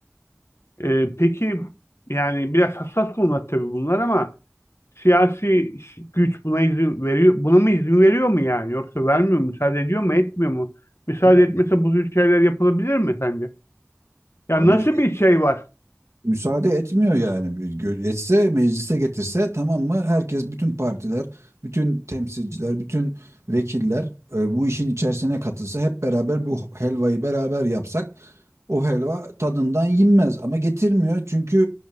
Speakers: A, on the left; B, on the right.
A: E, peki yani biraz hassas konular tabii bunlar ama siyasi güç buna izin veriyor, buna mı izin veriyor mu yani? Yoksa vermiyor mu, müsaade ediyor mu, etmiyor mu? Müsaade
B: Ya,
A: etmese bu tür şeyler yapılabilir mi sence? Ya
B: abi
A: nasıl bir şey var?
B: müsaade etmiyor yani. Bir gö- Etse meclise getirse tamam mı? Herkes bütün partiler, bütün temsilciler, bütün vekiller e, bu işin içerisine katılsa hep beraber bu helvayı beraber yapsak o helva tadından yenmez ama getirmiyor çünkü